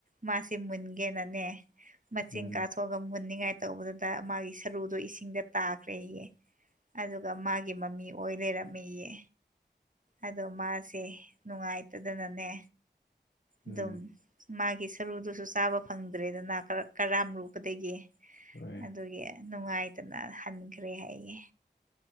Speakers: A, on the right; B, on the left.
A: ꯃꯥꯁꯦ ꯃꯨꯟꯒꯦꯅꯅꯦ ꯃꯆꯤꯡ
B: ꯎꯝ
A: ꯀꯥꯊꯣꯛ ꯑꯒ ꯃꯨꯟꯅꯤꯡꯉꯥꯏ ꯇꯧꯕꯗꯨꯗ ꯃꯥꯒꯤ ꯁꯔꯨꯗꯣ ꯏꯁꯤꯡꯗ ꯇꯥꯈ꯭ꯔꯦꯌꯦ ꯑꯗꯨꯒ ꯃꯥꯒꯤ ꯃꯃꯤ ꯑꯣꯏ ꯂꯩꯔꯝꯃꯦꯌꯦ ꯑꯗꯣ ꯃꯥꯁꯦ ꯅꯨꯡꯉꯥꯏꯇꯗꯅꯅꯦ ꯑꯗꯨꯝ
B: ꯎꯝ
A: ꯃꯥꯒꯤ ꯁꯔꯨꯗꯨꯁꯨ ꯆꯥꯕ ꯐꯪꯗ꯭ꯔꯦꯗꯅ ꯀꯔꯥꯝ ꯔꯨꯕꯗꯒꯤ
B: ꯍꯣꯏ
A: ꯑꯗꯨꯒꯤ ꯅꯨꯡꯉꯥꯏꯇꯅ ꯍꯟꯈ꯭ꯔꯦ ꯍꯥꯏꯌꯦ